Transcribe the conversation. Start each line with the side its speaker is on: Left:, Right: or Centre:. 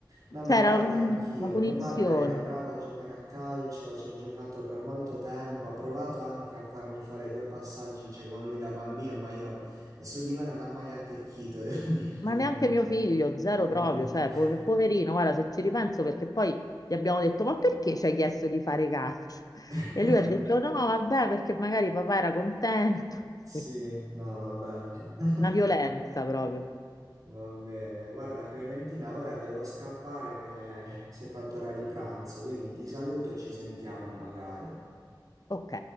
Right: No,
Left: C'era
Right: ma guarda,
Left: una
Right: anch'io.
Left: punizione,
Right: Mio padre era bravo a giocare a calcio, ci ha giocato per molto tempo, ha provato anche a farmi fare due passaggi, cioè, con lui da bambino, ma io su di me non ha mai attecchito, <laughs> devo dirti.
Left: ma neanche
Right: non-
Left: mio figlio, zero
Right: Mm,
Left: proprio,
Right: mm.
Left: cioè, po- poverino, guarda, se ci ripenso, perché poi gli abbiamo detto, ma perché ci hai chiesto di fare calcio?
Right: <laughs>
Left: E lui ha detto, no, vabbè, perché magari papà era contento.
Right: Sì,
Left: <laughs>
Right: no, vabbè. <laughs>
Left: Una violenza proprio.
Right: Va bene. Guarda, Clementina, ora devo scappare che si è fatto ora di pranzo, quindi ti saluto e ci sentiamo magari.
Left: Ok.